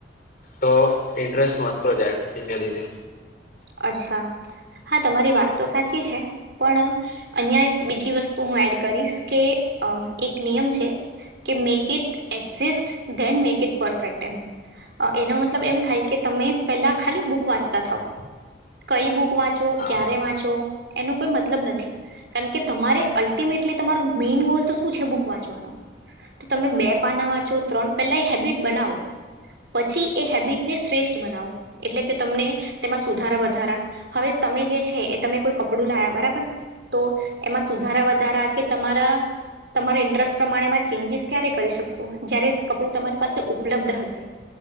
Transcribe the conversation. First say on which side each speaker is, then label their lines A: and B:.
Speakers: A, on the left; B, on the right.
A: તો ઇન્ટરેસ્ટ વધતો જાય એમ ધીમે ધીમે
B: અચ્છા હા તમારી વાત તો સાચી છે પણ અહિયાં એક બીજી વસ્તુ હું એડ કરીશ કે અ એક નિયમ છે. કે make it exist then make it perfect એમ. એનો મતલબ એમ થાય કે તમે પેલા ખાલી બુક વાંચતા થાવ કઈ બુક વાંચો
A: હા
B: ક્યારે વાંચો એનો કોઈ મતલબ નથી કારણ કે તમારે અલ્ટિમેટલી તમારો મેઈન ગોલ તો શું છે બુક વાંચવાનો તો તમે બે પાના વાંચો ત્રણ પહેલા હેબિટ બનાવો પછી એ હેબિટને શ્રેષ્ઠ બનાવો એટલે કે તમને તેમાં સુધારા વધારા હવે તમે જે છે એ તમે કોઈ કપડું લાયા બરાબર તો એમાં સુધારા વધારા કે તમારા તમારે ઇન્ટરેસ્ટ પ્રમાણેમાં ચેન્જીસ ક્યારે કરી શકશો જ્યારે કપડું તમારી પાસે ઉપલબ્ધ હશે